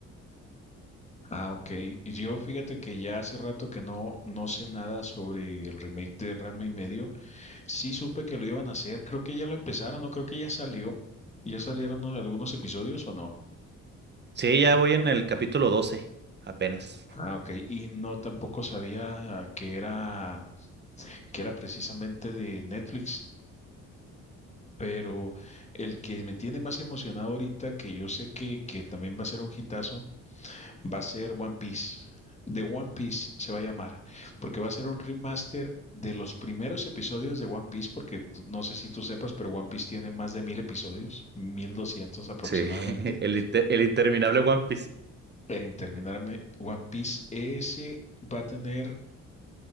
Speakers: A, on the left (about 20°); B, on the right (about 35°).
A: Ah, ok. Y Yo fíjate que ya hace rato que no, no sé nada sobre el remake de Ranma y medio. Sí supe que lo iban a hacer. Creo que ya lo empezaron, o creo que ya salió. ¿Ya salieron unos- algunos episodios o no?
B: Sí, ya voy en el capítulo doce, apenas.
A: Ah, ok. Y no tampoco sabía que era, que era precisamente de Netflix. Pero el que me tiene más emocionado ahorita, que yo sé que, que también va a ser un hitazo, va a ser One Piece. The One Piece se va a llamar, porque va a ser un remaster de los primeros episodios de One Piece, porque no sé si tú sepas, pero One Piece tiene más de mil episodios, 1200 aproximadamente.
B: Sí, <laughs> el, inte- el interminable One Piece
A: e En terminarme One Piece, ese va a tener,